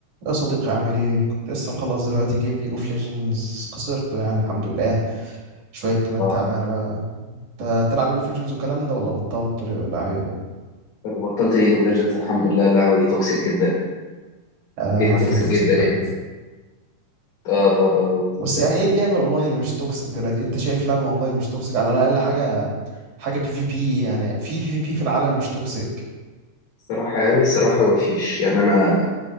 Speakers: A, on the right; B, on the left.
A: يا صديقي عامل ايه؟ كنت لسه مخلص دلوقتي جيم ليج اوف ليجندز خسرته يعني الحمد لله شوية تمات
B: اه
A: تعبانة بقى انت تلعب ليج اوف ليجندز والكلام ده ولا بطلت ليه ولا ايه؟
B: انا بطلت ليج اوف ليجندز الحمد لله اللعبه دي توكسيك جدا
A: اه
B: جيم توكسيك
A: فيها توكسيك
B: جدا
A: فعلا
B: يعني اه اه اه بس-
A: بس يعني ايه اللعبة الاونلاين اللي مش توكسيك دلوقتي؟ انت شايف لعبة اونلاين مش توكسيك على الاقل حاجة حاجة بي في بي يعني في بي في بي في العالم مش توكسيك
B: الصراحه يعني الصراحه ما فيش يعني انا